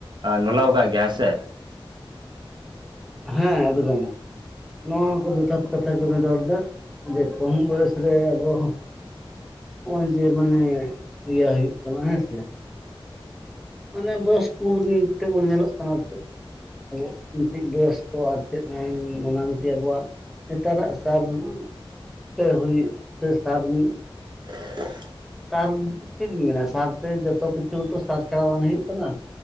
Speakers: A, on the right (about 55°); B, in the centre.
A: ᱱᱚᱞᱟᱣ ᱟᱠᱟᱫ ᱜᱮᱭᱟ, ᱦᱮᱸ ᱥᱮ?
B: ᱦᱮᱸ ᱮᱫᱽᱜᱚᱢ, ᱱᱚᱣᱟ ᱠᱚ ᱡᱚᱛᱷᱟᱛ ᱠᱟᱛᱷᱟ ᱜᱮᱵᱮᱱ ᱨᱚᱲ ᱮᱫᱟ ᱾ ᱡᱮ ᱠᱚᱢ ᱵᱚᱭᱚᱥ ᱨᱮ ᱟᱵᱚ ᱦᱚᱸ ᱱᱚᱜᱼᱚᱭ ᱡᱮ ᱢᱟᱱᱮ ᱤᱭᱟᱹ ᱦᱩᱭᱩᱜ ᱛᱟᱢᱟ ᱦᱮᱸᱥᱮ ᱾ ᱢᱟᱱᱮ ᱵᱚᱭᱚᱥᱠᱚ ᱛᱮᱫ ᱵᱚᱱ ᱧᱮᱞᱚᱜ ᱠᱟᱱᱟ ᱪᱮᱫ ᱟᱵᱚ ᱢᱤᱫᱴᱤᱡ ᱵᱚᱭᱚᱥᱠᱚ ᱟᱨ ᱪᱮᱫ ᱮᱢ ᱚᱱᱟ ᱢᱤᱫᱴᱮᱜ ᱟᱵᱚᱣᱟᱜ ᱱᱮᱛᱟᱨᱟᱜ ᱥᱟᱨ, ᱩᱦ ᱛᱮ ᱦᱩᱭ ᱥᱮ ᱥᱟᱨ-ᱱ
A: <unintelligible> ᱪᱮ-ᱲᱮ-ᱪ ᱾
B: ᱥᱟᱨ-ᱱ ᱪᱮᱫ ᱤᱧ ᱢᱮᱱᱟ, ᱥᱟᱨᱛᱮ ᱡᱚᱛᱚ ᱠᱤᱪᱷ, - ᱥᱛᱳᱜ ᱦᱚᱸᱛᱚ <unintelligible> ᱥᱟᱨ ᱪᱷᱟᱲᱟ ᱵᱟᱝ ᱦᱳᱭᱳᱜ ᱠᱟᱱᱟ